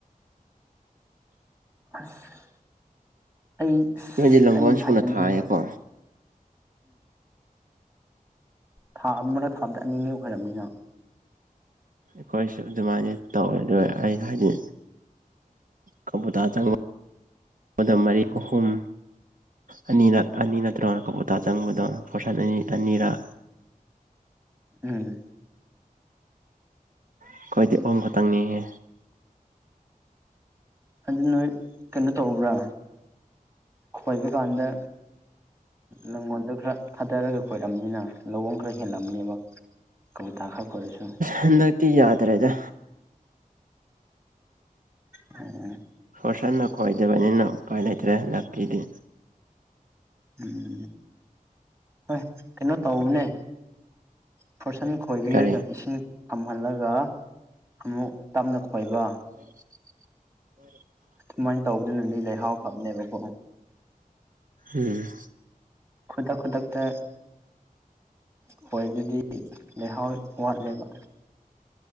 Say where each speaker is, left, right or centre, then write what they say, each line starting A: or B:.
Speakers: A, on the right; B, on the right.
A: ꯑꯁ ꯑꯩ ꯑꯁ
B: ꯅꯣꯏꯗꯤ ꯂꯪꯒꯣꯜ
A: ꯑꯩꯒꯤ ꯐꯥꯏꯒꯟꯁꯤꯗꯣ
B: ꯁꯨꯅ ꯊꯥꯏꯌꯦꯀꯣ
A: ꯊꯥ ꯑꯃꯗ ꯊꯥꯗꯦꯑꯅꯤꯔꯛ ꯈꯣꯏ ꯔꯝ ꯅꯤꯅꯦ
B: ꯑꯩꯈꯣꯏꯁꯨ ꯑꯗꯨꯃꯥꯏꯅ ꯇꯧꯋꯦ ꯑꯗꯨꯒ ꯑꯩ ꯍꯥꯏꯗꯤ ꯀꯕꯨꯇꯥ ꯆꯪ ꯃꯔꯤ ꯑꯍꯨꯝ ꯑꯅꯤꯔꯛ ꯑꯅꯤ ꯅꯠꯇ꯭ꯔꯣ ꯀꯕꯨꯇꯥ ꯆꯪꯕꯗꯣ ꯐꯣꯔꯁꯟ ꯑꯅꯤ ꯑꯅꯤꯔꯛ
A: ꯎꯝ
B: ꯑꯩꯈꯣꯏꯗꯤ ꯑꯍꯨꯝ ꯈꯛꯇꯪꯅꯤꯍꯦ
A: ꯑꯗꯨ ꯅꯣꯏ ꯀꯩꯅꯣ ꯇꯧꯕ꯭ꯔꯥ ꯈꯣꯏꯕ ꯀꯥꯟꯗ ꯂꯪꯒꯣꯜꯗꯣ ꯈꯔ ꯊꯥꯗꯔꯒ ꯈꯣꯏꯔꯝꯅꯤꯅ ꯂꯥꯪꯒꯣꯟ ꯈꯔ ꯍꯦꯜꯂꯝꯅꯦꯕ ꯀꯕꯨꯇꯥ ꯈꯔ ꯈꯣꯏꯔꯁꯨ
B: ꯍꯟꯗꯛꯇꯤ ꯌꯥꯗ꯭ꯔꯦꯗ
A: ꯎꯝ
B: ꯐꯣꯔꯁꯟꯅ ꯈꯣꯏꯗꯕꯅꯤꯅ ꯎꯄꯥꯏ ꯂꯩꯇ꯭ꯔꯦ ꯍꯟꯗꯛꯀꯤꯗꯤ
A: ꯎꯝ ꯍꯣꯏ ꯀꯩꯅꯣ ꯇꯧꯕꯅꯦ ꯐꯣꯔꯁꯟ ꯈꯣꯏꯕꯤꯔꯒ
B: ꯀꯔꯤ
A: ꯏꯁꯤꯡ ꯄꯨꯝꯍꯜꯂꯒ ꯑꯃꯨꯛ ꯇꯞꯅ ꯈꯣꯏꯕ
B: ꯎꯝ ꯎꯝ
A: ꯑꯗꯨꯃꯥꯏꯅ ꯇꯧꯗꯨꯅꯗꯤ ꯂꯩꯍꯥꯎ ꯐꯕꯅꯦꯕꯀꯣ
B: ꯎꯝ
A: ꯈꯨꯗꯛ ꯈꯨꯗꯛꯇ ꯑꯩꯈꯣꯏ ꯑꯗꯨꯗꯤ ꯂꯩꯍꯥꯎ ꯋꯥꯠꯂꯦꯕ